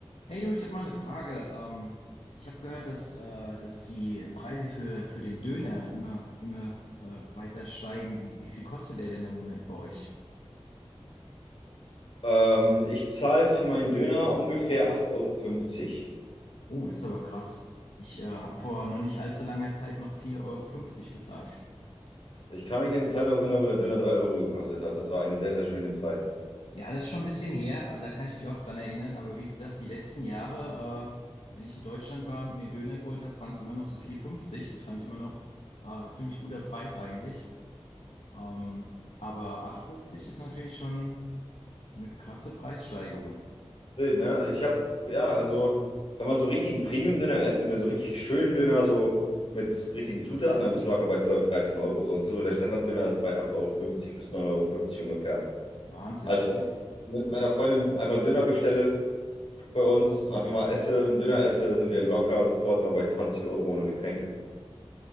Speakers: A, on the left; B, on the left.
A: Hey du, ich habe mal eine Frage. Ähm, ich habe gehört, dass, äh, dass die Preise für, für den Döner immer, immer äh, weiter steigen. Wie, wie viel kostet der denn im Moment bei euch?
B: Ähm, ich zahle für meinen Döner ungefähr 8,50 Euro. fünfzig.
A: Oh, das ist aber krass. Ich äh, habe vor noch nicht allzu langer Zeit noch vier Euro fünfzig bezahlt.
B: Ich kann mich an die Zeit noch erinnern, wo der Döner 3 Euro gekostet hat. Das war eine sehr, sehr schöne Zeit.
A: Ja, das ist schon ein bisschen her. Also da kann ich mich auch dran erinnern. Aber wie gesagt, die letzten Jahre, äh, wenn ich in Deutschland war und mir Döner geholt habe, waren es immer noch so vier Euro fünfzig. Das fand ich immer noch äh, ziemlich guter Preis eigentlich. Ähm, aber acht Euro fünfzig ist natürlich schon. Eine krasse Preissteigerung.
B: Wild, ne? Ich habe, ja, also, wenn man so richtigen Premium-Döner essen will, so richtig schönen Döner, so mit richtigen Zutaten, dann bist du locker bei 12, 13 Euro. Sonst so der Standard-Döner ist bei 8,50 Euro fünfzig bis 9,50 Euro fünfzig ungefähr.
A: Wahnsinn.
B: Also, wenn ich mit meiner Freundin einfach Döner bestelle bei uns, einfach mal esse, einen Döner esse, sind wir locker sofort mal bei 20 Euro ohne Getränke.